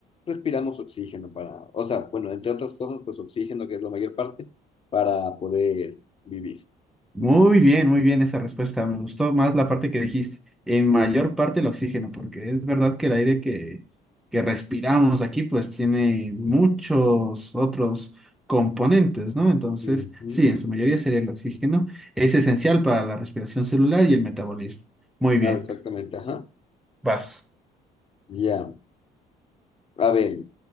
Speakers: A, on the left; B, in the centre.
A: respiramos oxígeno para, o sea, bueno, entre otras cosas, pues oxígeno, que es la mayor parte, para poder vivir.
B: Muy bien, muy bien esa respuesta. Me gustó más la parte que dijiste. En mayor parte el oxígeno, porque es verdad que el aire que, que respiramos aquí pues tiene muchos otros componentes, ¿no? Entonces,
A: Ujú.
B: sí, en su mayoría sería el oxígeno. Es esencial para la respiración celular y el metabolismo. Muy
A: Claro,
B: bien.
A: exactamente, ajá.
B: Vas.
A: Ya. A ver,